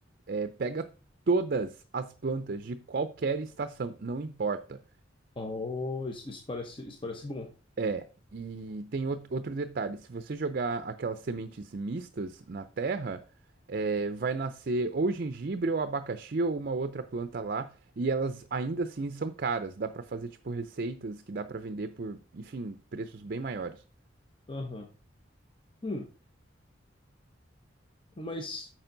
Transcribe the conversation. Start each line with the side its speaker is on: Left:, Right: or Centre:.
Right: é, pega todas as plantas de qualquer estação, não importa.
Left: Oh, isso, isso parece, isso parece bom.
Right: É, e tem out- outro detalhe: se você jogar aquelas sementes mistas na terra, é, vai nascer ou gengibre ou abacaxi ou uma outra planta lá, e elas ainda assim são caras. Dá pra fazer tipo receitas que dá pra vender por, enfim, preços bem maiores.
Left: Aham. Hum, mas,